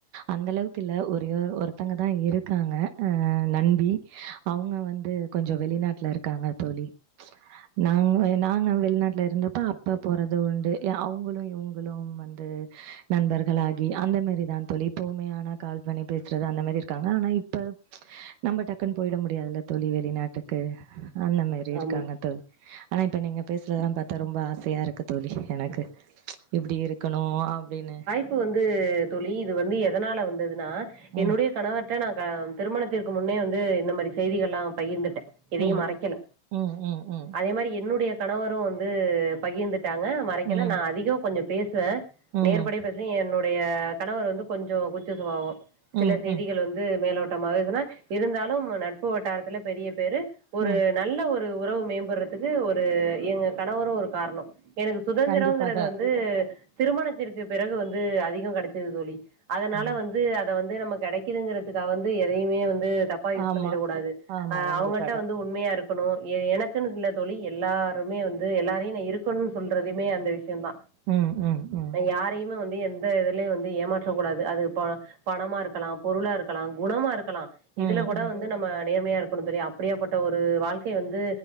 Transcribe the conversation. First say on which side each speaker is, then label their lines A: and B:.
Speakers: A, on the right; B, on the right.
A: அந்த அளவுக்கு இல்ல ஒரே ஒருத்தங்க தா இருக் இருக்காங்க அ நன்பி அவுங்க வந்து கொஞ்சோ வெளிநாட்டுல இருக்காங்க தோழி நாங்க நாங்க வெளிநாட்டுல இருந்தப்ப இப்ப போறது உண்டு எ அவுங்களு இவுங்களு வந்து நண்பர்களாகி அந்த மாரிதா தோழி எப்பவுமே ஆன கால் பண்ணி பேசுறது அந்த மாரி இருக்காங்க ஆனா இப் இப்ப நம்ம டக்குன்னு போயிட முடியாதுல்ல தோழி வெளிநாட்டுக்கு அந்த மாரி இருக்காங்க
B: ஆமா
A: தோழி ஆனா இப்ப நீங்க பேசுறதல்லா பாத்தா ரொம்ப ஆசையா இருக்கு தோழி எனக்கு இப்டி இருக்கணு அப்டின்னு
B: ப்பு வந்து தோழி இது வந்து எதனால வந்ததுன்னா என்னுடைய
A: ம்
B: கணவர் த்த நாங்க திருமணத்திற்கு முன்னே வந்து இந்த மாரி செய்திகல்லா பகிர்ந்துட்டே எதையு
A: ம்
B: மறைக்கல
A: ம் ம் ம்
B: அதே மாதிரி என்னுடைய கணவரு வந்து பகிர்ந்துட்டாங்க மறைக்கல
A: ம்
B: நா அதிகோ கொஞ்ச பேசுவே
A: ம்
B: நேர்படிய பேஸ் து என்னுடைய கணவர் வந்து கொஞ்சோ கூச்ச சுபாவோ சில
A: ம்
B: செய்திகள்
A: ம்
B: வந்து இது மேலோட்டமாகுதுன்னா இருந்தாலு நட்பு வட்டாரத்துல பெரிய பேரு ஒரு
A: ம்.
B: நல்ல ஒரு ஒரு உறவு மேம்படுறதுக்கு ஒரு எங்க கணவரு ஒரு காரணோ எனக்கு சுதந்திரோங்கிறது
A: கண்டிப்பாக.
B: வந்து திருமணத்திற்கு பிறகு வந்து அதிகோ கெடைச்சுது தோழி அதுனால
A: ம்.
B: வந்து அத வந்து நம்ம கெடைக்குதுங்கிறதுக்காக வந்து எதையுமே வந்து தப்பா யூஸ்
A: ஆமா
B: பண்ணிடக் கூடாது
A: ஆமா
B: அ
A: கண்டிப்பாக
B: அவுங்கள்ட வந்து உண்மையா இருக் கணு எ எனக்குன்னு இல்ல தோழி எல்லாருமே வந்து எல்லாரையு நா இருக்கணுன் சொல்றதுமே அந்த விஷ்யோந்தா
A: ம் ம் ம்
B: யாரையுமே வந்து எந்த இதுலயு வந்து ஏமாற்றக் கூடாது அது இப்போ பணமா இருக்கலா பொருளா இருக்கலா குணமா இருக்கலா இதுல
A: ம்
B: கூட
A: ம்
B: வந்து நம்ம நேர்மையா இருக்கணு தோழி அப் அப்புடியாப்பட்ட ஒரு வாழ்க்கை வந்து